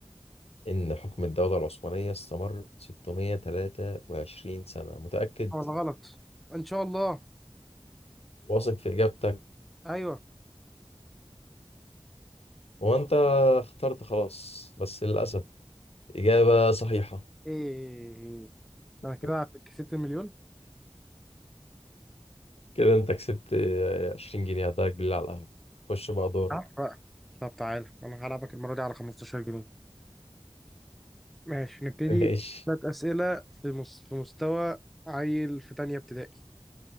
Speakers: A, on the left; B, in the centre.
A: إن حكم الدولة العثمانية استمر 623 سنة متأكد
B: ولا غلط ان شاء الله
A: واثق في إجابتك
B: ايوه
A: وأنت اخترت خلاص بس للأسف إجابة صحيحة
B: ايه
A: <laughs>
B: انا كده كسبت المليون
A: كده أنت كسبت 20 جنيه هداك بالله على القهوة خش بقى دورك
B: عارف بقى طب تعالى انا هلعبك المرة دي على 15 جنيه ماشي نبتدي
A: <laughs> ماشي
B: ثلاث أسئلة في مس... في مستوى عيل في تانية ابتدائي